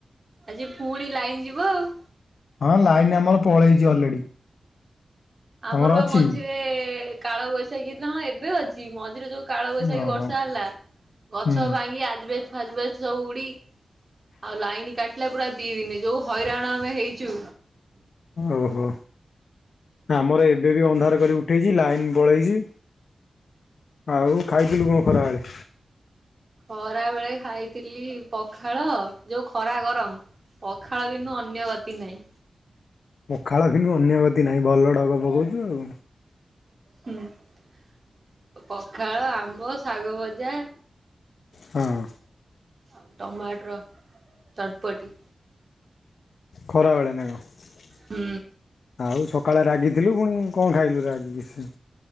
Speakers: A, on the right; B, on the left.
A: ଆଜି ଫୁଣି ଲାଇନ ଯିବ ଆଉ
B: ହଁ ଲାଇନ ଆମର ପଳେଇଛି ଅଲରେଡି। ତମର
A: ଆମର ବା
B: ଅଛି
A: ମଝିରେ କାଳ ବୈଶାଖୀ ହେଇଥିଲା ହଁ ଏବେ ଅଛି ମଝିରେ ଯୋଉ କାଳବୈଶାଖୀ
B: ଓହୋ
A: ବର୍ଷା ହେଲା ଗଛ
B: ହୁଁ।
A: ଭାଙ୍ଗି ଆଜବେଷ୍ଟ ଫାଜବେଷ୍ଟ ସବୁ ଉଡି ଆଉ ଲାଇନ କାଟିଲା ପୁରା ଦି ଦିନି ଯୋଉ ହଇରାଣ ଆମେ ହେଇଛୁ।
B: ଓହୋ ଆମର ଏବେ ବି ଅନ୍ଧାର କରି ଉଠେଇଛି ଲାଇନ ପଳେଇଛି। ଆଉ ଖାଇଥିଲୁ କଣ ଖରାବେଳେ?
A: ଖରା ବେଳେ ଖାଇଥିଲି ପଖାଳ ଯୋଉ ଖରା ଗରମ। ପଖାଳ ବିନୁ ଅନ୍ୟ ଗତି ନାହିଁ।
B: ପଖାଳ ବିନୁ ଅନ୍ୟ ଗତି ନାହିଁ ଭଲ ଢଗ ପକଉଛୁ ଆଉ
A: ହୁଁ ପଖାଳ ଆମ୍ବ ଶାଗ ଭଜା
B: ହଁ
A: ଆଉ ଟମାଟର ଚଟପଟି
B: ଖରାବେଳେ ନାଁ କଣ?
A: ହୁଁ
B: ଆଉ ସକାଳେ ରାଗିଥିଲୁ ପୁଣି କଣ ଖାଇଲୁ ରାଗିକି